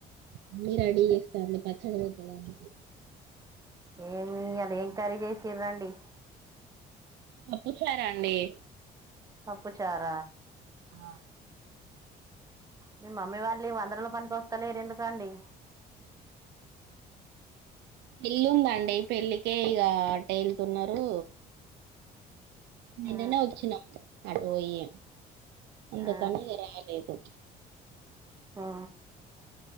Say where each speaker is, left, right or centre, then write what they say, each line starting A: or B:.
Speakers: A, on the right (about 80°); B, on the right (about 20°).
A: అన్నీ రెడి చేస్తా అంది పచ్చడి <unintelligible>
B: ఏమి ఈయల ఏం కర్రీ చేసిర రండి
A: పప్పు చారు అండి
B: పప్పు చార
A: ఆ
B: మీ మమ్మీ వాళ్ళే వందరోల పనికొస్తలేరు ఎందుకండి
A: పెళ్ళుందండి పెళ్ళికే ఇగ టే ఎళ్తున్నరు నిన్ననే
B: ఆ
A: వచ్చినాము అటు పొయ్యి అందుకని
B: ఆ
A: ఇగ రాలేదు
B: ఆ